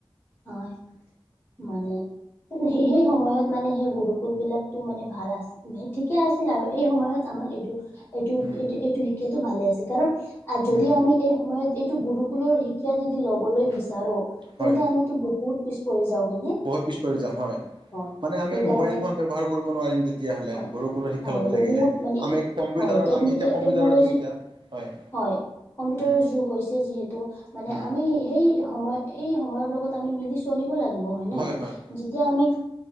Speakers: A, on the left; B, on the right.
A: হয়, মানে সেই সময়ত মানে সেই গুৰুকুল বিলাকটো মানে ভাল আছি। ঠিকে আছিল আৰু এই সময়ত আমাৰ এইটো এইটো
B: উম,
A: এই এইটো শিক্ষাটো ভালে আছে কাৰণ যদি
B: উম,
A: আমি এই সময়ত এইটো গুৰুকুলৰ শি শিক্ষা যদি ল'বলে বিচাৰো তেন্তে
B: হয়
A: আমি বহুত পিছ পৰি যাওঁ হয়নে।
B: বহুত পিছ পৰি যাম হয়।
A: হয়
B: মানে আমি
A: সেইকাৰণে
B: মোবাইল ফোন ব্যৱহাৰ কৰিব নোৱাৰিম তেতিয়াহ'লে
A: হয়
B: গুৰুকুলৰ শিক্ষা
A: হয়
B: ল'ব
A: বহুত
B: লাগিলে?
A: মানে
B: আমি কম্পিউটাৰৰ
A: হয় টেকনিক
B: আমি এতিয়া কম্পিউটাৰৰ
A: টেকন'লজি
B: যুগিতা হয়।
A: হয় কম্পিউটাৰৰ
B: উম,
A: যুগ হৈছে যিহেতু মানে
B: উম,
A: আমি সেই সময় এই সময়ৰ লগত আমি মিলি চলিব লাগিব হয়নে।
B: হয় হয়।
A: যেতিয়া আমি